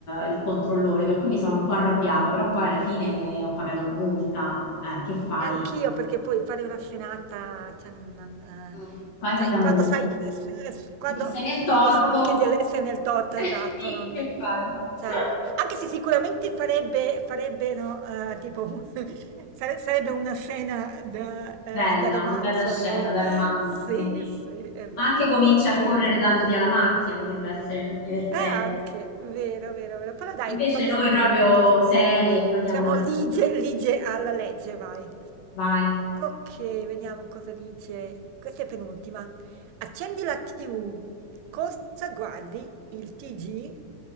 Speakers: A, on the left; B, on the right.
A: il controllore, per cui mi sono un po' arrabbiata, però poi alla fine ho pagato la multa. Eh, che fai?
B: e anch'io, perché poi fare una scenata, cioè, non, eh,
A: Mm. Paghi
B: cioè,
A: la
B: quando
A: multa.
B: sai, s- s- quando,
A: Sei nel torto.
B: quando so anche dell'essere nel torto,
A: <laughs>
B: esatto,
A: Sì,
B: non,
A: che fai?
B: cioè,
A: <laughs>
B: lì- anche se sicuramente farebbe, farebbe, no, eh, tipo, un- <laughs> sare- sarebbe una scena da, eh,
A: Bella,
B: da romanzo,
A: una bella scena
B: no?
A: da romanzo,
B: Sì,
A: sì, sì.
B: sì, esatto,
A: Ma anche cominci
B: ok.
A: a correre dandoti alla macchia, potrebbe essere divertente.
B: Eh, anche, vero, vero, vero. Però dai,
A: Invece
B: paghiamo
A: noi proprio
B: la multa.
A: serie, paghiamo
B: Siamo
A: la multa.
B: lige, lige alla legge, vai.
A: Vai.
B: Ok, vediamo cosa dice. Questa è penultima. Accendi la TV. Cosa guardi? Il TG?